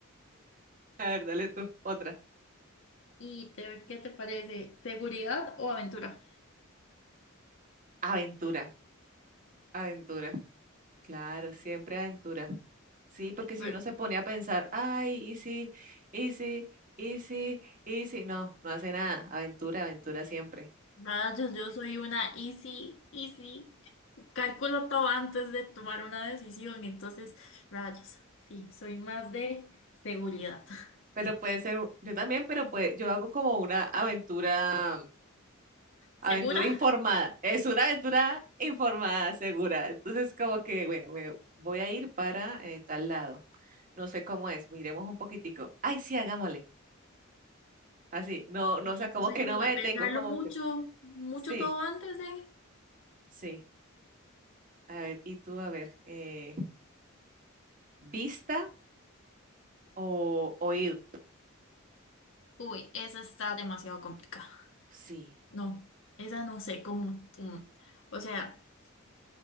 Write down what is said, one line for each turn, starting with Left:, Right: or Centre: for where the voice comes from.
Right: A ver, dale tú, otra.
Left: ¿Y te- qué te parece? ¿Seguridad o aventura?
Right: Aventura, aventura. Claro, siempre aventura. Sí, porque si
Left: Pero,
Right: uno se pone a pensar, ay, y sí, y sí, y sí, y sí, no, no hace nada. Aventura, aventura siempre.
Left: rayos, yo soy una easy, easy. Calculo todo antes de tomar una decisión, entonces, rayos. Sí, soy más de seguridad. <laughs>
Right: Pero puede ser, un- yo también, pero pues yo hago como una aventura, aventura
Left: ¿Segura?
Right: informada. Es una aventura informada, segura. Entonces, como que, bueno, me voy a ir para eh, tal lado. No sé cómo es, miremos un poquitico. Ay, sí, hagámosle. Así, no, no,
Left: Y
Right: o sea, como
Left: yo soy
Right: que
Left: como
Right: no me
Left: de
Right: detengo,
Left: pensarlo
Right: como
Left: mucho,
Right: que,
Left: mucho
Right: sí,
Left: todo antes de...
Right: sí. A ver, y tú, a ver, eh, ¿vista o oído?
Left: Uy, esa está demasiado complicada.
Right: Sí.
Left: No, esa no sé cómo. mm, o sea,